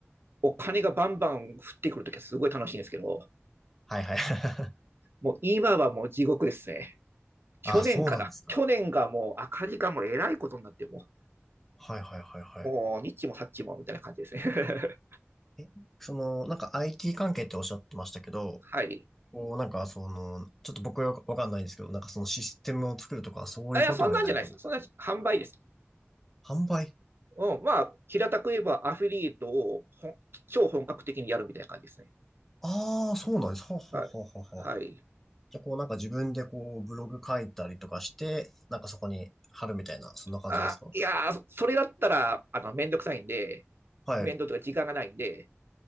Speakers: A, on the right (about 55°); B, in the centre.
A: お金がバンバン降ってくるときはすごい楽しいんですけど、
B: はいはい。
A: もう今はもう地獄ですね。
B: <laughs>
A: 去年かな。
B: あ、そうなんですか。
A: 去年がもう赤字がもうえらいことになっても
B: はいはいはいはい。
A: う、もうニッもサっちもみたいな感じですね。<laughs>
B: え、その、なんか IT 関係っておっしゃってましたけど、
A: はい。
B: こう、なんかその、ちょっと僕はわかんないんですけど、なんかそのシステムを作るとか、そういうことをやられてるんですか
A: あ、いや、そんなんじゃないです。そんな販売です。
B: 販売
A: うん、まあ、平たく言えばアフィリエイトを超本格的にやるみたいな感じですね。
B: ああー、そうなんです。ははははは。
A: はい。はい、
B: じゃあ、こうなんか自分でこう、ブログ書いたりとかして、なんかそこに貼るみたいな、そんな感じですか
A: あ、いやーそれだったら、あの、めんどくさいんで、
B: はい、
A: 面倒とか時間がないんで、